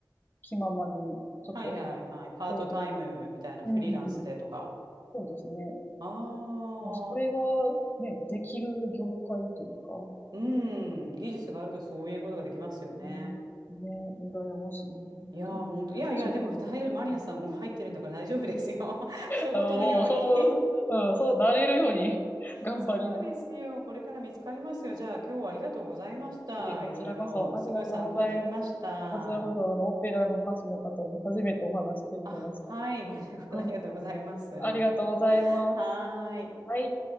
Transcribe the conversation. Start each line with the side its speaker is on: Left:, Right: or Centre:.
Left: 気ままに、ちょっと、
Right: はいはいはい。パートタイムみたいなフリーランスでとか。
Left: 行動うん、そうですね。
Right: ああ、
Left: まあ、それがね、できる業界というか、う
Right: うん、技術があるとそういうことができますよね。
Left: ん、ね、羨ましいね。本当に大丈夫かな。
Right: いやー、ほんと、いやいや、でも大丈夫、マリナさんも入ってるんだから大丈夫ですよ。
Left: うん、
Right: <laughs> 人事のように
Left: あ、もう、そう、うん、そうなれるように <laughs>
Right: <laughs>
Left: 頑張ります。
Right: そうですよ。これから見つかりますよ。じゃあ、今日はありがとうございました。
Left: いえ、こちらこそありがとうございます。
Right: いろいろ、すごい参考になりました。
Left: こちらこそ、あの、オペラの歌手の方に初めてお話できました。
Right: あ、はい、ごめんなさいありがとうございます。
Left: はい。
Right: は
Left: ありがとうございます。
Right: ーい。
Left: はい。